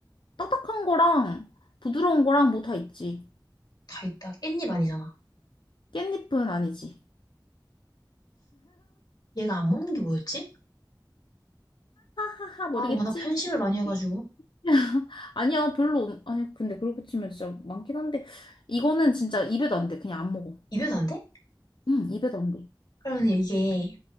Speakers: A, on the left; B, on the left.
A: 딱딱한 거랑 부드러운 거랑 뭐 다 있지.
B: 다 있다. 깻잎 아니잖아.
A: 깻잎은 아니지.
B: 얘가 안 먹는 게 뭐였지?
A: 하하하 모르겠지.
B: 아, 워낙 편식을
A: 모르겠지.
B: 많이 해가지고.
A: <laughs> 아니야 별로 없- 아니 근데 그렇게 치면 진짜 많긴 한데 이거는 진짜 입에도 안 돼. 그냥 안 먹어.
B: 입에도 안 돼?
A: 응 입에도 안 돼.
B: 그러면 이게